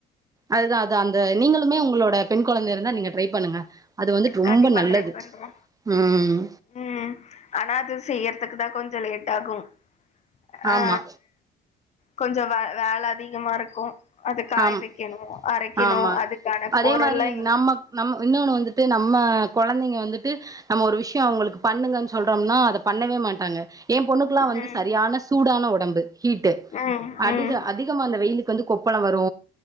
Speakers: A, on the right; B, on the left.
A: அதுதா அதா அந்த நீங்களுமே உங்களோட பெண் கொழந்த இருந்தா நீங்க ட்ரை பண்ணுங்க அது வந்துட்டு ரொம்ப
B: கண்டிப்பா
A: நல்லது
B: ட்ரை பண்றே
A: ம்
B: ம் ஆனா அது செய்யறதுக்கு தா கொஞ்சோ லேட் ஆகும் ஆ
A: ஆமா
B: கொஞ்சோ வே வேல அதிகமா இருக்கு அது காய
A: ஆம்
B: வைக்கணு அரைக்கணு
A: ஆமா
B: அதுக்கான
A: அதே
B: பொருள்லா
A: மாரி
B: இங்
A: நம்ம நம்ம இன்னோன்னு வந்துட்டு நம்ம கொழந்தைங்க வந்துட்டு நம்ம ஒரு விஷ்யோ அவுங்களுக்கு பண்ணுங்கன் சொல்றோம்னா அத பண்ணவே மாட்டாங்க எ பொண்ணுக்குல்லா
B: ம்
A: வந்து சரியான சூடான உடம்பு ஹீட்டு
B: ம்
A: அதிக
B: ம்
A: அதிகமா அந்த வெயிலுக்கு வந்து கொப் கொப்பழொ வரு